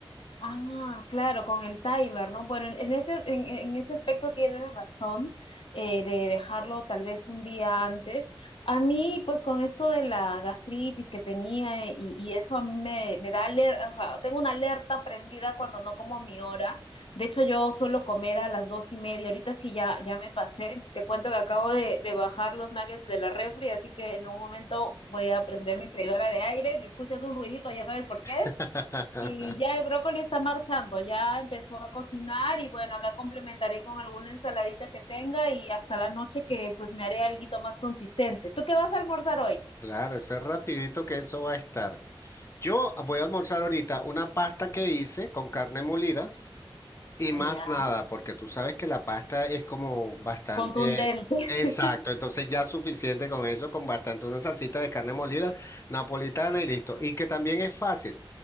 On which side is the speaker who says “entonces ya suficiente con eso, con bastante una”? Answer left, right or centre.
Left